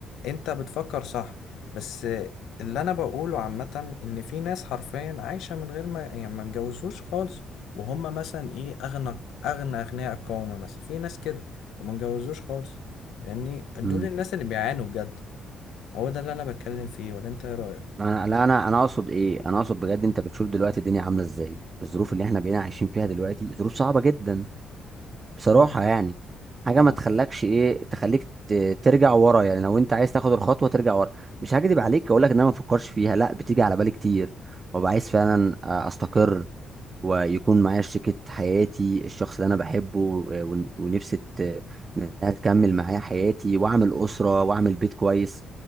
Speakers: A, on the left (about 80°); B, on the right (about 35°).
A: انت بتفكر صح بس آه، اللي انا بقوله عامه ان في ناس حرفيا عايشه من غير ما يعني ما اتجوزوش خالص وهم مثلا ايه اغنى اغنى اغنياء القوم مثلا في ناس كده وما اتجوزوش خالص فاهمني دول
B: امم
A: الناس اللي بيعانوا بجد هو ده اللي انا بتكلم فيه ولا انت ايه رايك
B: انا لا انا انا اقصد ايه انا اقصد بجد انت بتشوف دلوقتي الدنيا عامله ازاي الظروف اللي احنا بقينا عايشين فيها دلوقتي ظروف صعبه جدا بصراحه
A: طبعا
B: يعني حاجه
A: طبعا
B: ما تخلكش ايه تخليك ت- ترجع ورا يعني لو انت عايز تاخد الخطوه ترجع ورا مش هكدب عليك اقول لك ان انا ما بفكرش فيها لا بتيجي على بالي كتير وببقى عايز فعلا استقر ويكون معايا شريكة حياتي الشخص اللي أنا بحبه آه، ون- ونفسي ت- إنها تكمل معايا حياتي وأعمل أسرة وأعمل بيت كويس